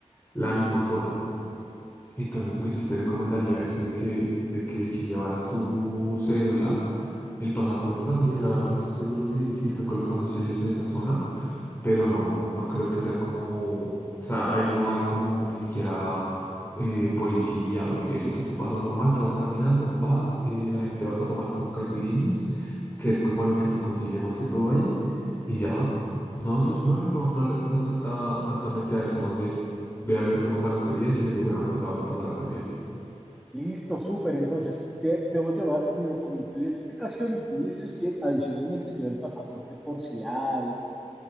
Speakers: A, on the left; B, in the centre.
A: la misma zona. Entonces, pues yo sí te recomendaría eso de que, de que si llevaras tu cédula, el pasaporte también, la verdad no estoy seguro si, si están colocando sellos en esa zona, pero no, no creo que sea como, o sea, ahí no hay como ni siquiera eh, policía o ejército, tú pasas normal, pasas caminando, vas, eh, la gente vas a tomar con caipiriñas, que es como lo que se consigue más que todo ahí, y ya, no, entonces, no, no, no, no le pongas tanta, tanta mente a eso, más bien. Ve abierto como a la experiencia y seguramente la vas a pasar muy bien.
B: Listo, súper. Entonces, lle- debo llevar mi documento de identificación y tú dices que adicionalmente llevo el pasaporte por si algo.